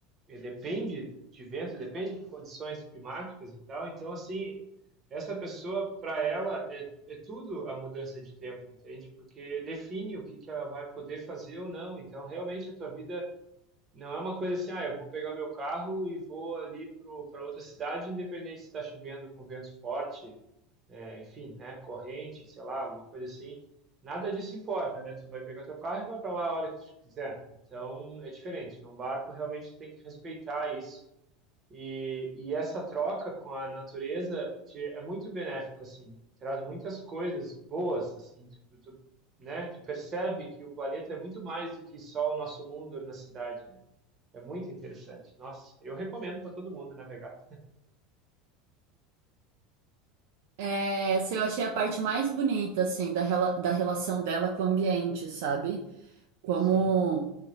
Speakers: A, on the right; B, on the right.
A: E depende de vento, depende de condições climáticas e tal. Então, assim, essa pessoa, para ela, é, é tudo a mudança de tempo, entende? Porque define o que que ela vai poder fazer ou não. Então, realmente, a tua vida não é uma coisa assim, ah, eu vou pegar meu carro e vou ali para outra cidade, independente se está chovendo com vento forte, é, enfim, né, corrente, sei lá, alguma coisa assim. Nada disso importa, né? Tu vai pegar teu carro e vai para lá a hora que tu quiser. Então é diferente. Num barco realmente tem que respeitar isso. E, e essa troca com a natureza te- é muito benéfica, assim. Traz muitas coisas boas, assim. Tu, tu, né? Tu percebe que o planeta é muito mais do que só o nosso mundo na cidade, né? É muito interessante. Nossa, eu recomendo para todo mundo navegar.
B: É, essa eu achei a parte mais bonita, assim, da, rela- da relação dela com o ambiente, sabe? como
A: Sim,